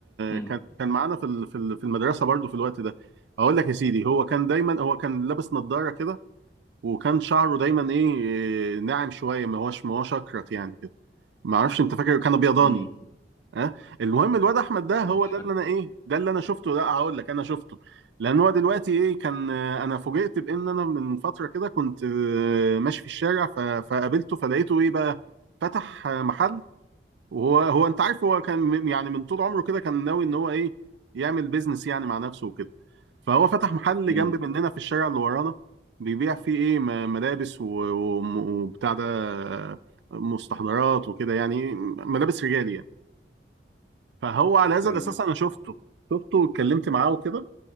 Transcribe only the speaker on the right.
كان كان معانا في ال- في ال- في المدرسه برضو في الوقت ده اقول لك يا سيدي هو كان دايما هو كان لابس نظاره كده وكان شعره دايما ايه ناعم شويه ما هوش ما هوش اكرت يعني كده ما اعرفش انت فاكر كان ابيضاني
ها المهم الواد احمد ده
هو ده
اللي انا ايه ده اللي انا شفته لا هقول لك انا شفته لان هو دلوقتي ايه كان آه، انا فوجئت بان انا من فتره كده كنت آه، ماشي في الشارع ف- فقابلته فلقيته ايه بقى فتح آه، محل وهو هو انت عارف هو كان من- يعني من طول عمره كده كان ناوي ان هو ايه يعمل بيزنس يعني مع نفسه وكده فهو فتح محل
جنب مننا في الشارع اللي ورانا بيبيع فيه ايه م- ملابس و- و- وبتاع ده آه، مستحضرات وكده يعني ملابس رجالي يعني فهو على هذا
الاساس
انا شفته شفته واتكلمت معاه وكده